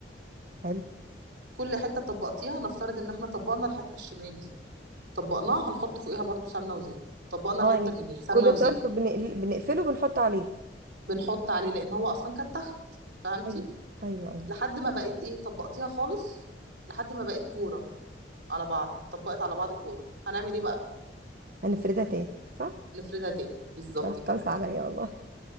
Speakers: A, on the right (about 50°); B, on the right (about 70°).
A: حلو
B: كل حته طبقتيها نفترض ان احنا طبقنا الحته الشمال دي طبقناها هنحط فوقيها برضو سمنه وزيت طبقنا
A: اه
B: الحته
A: يعني
B: اليمين سمنه
A: كل
B: وزيت
A: طرف بنقل... بنقفله بنحط عليه
B: بنحط عليه لان هو اصلا كان تحت فهمتي
A: ايوه ايوه ايوه
B: لحد ما بقت ايه طبقتيها خالص لحد ما بقت كوره على بعض اتطبقت على بعض كوره هنعمل ايه بقى
A: هنفردها تاني صح
B: نفردها تاني بالظبط
A: يلا
B: كده
A: خمسه عليا والله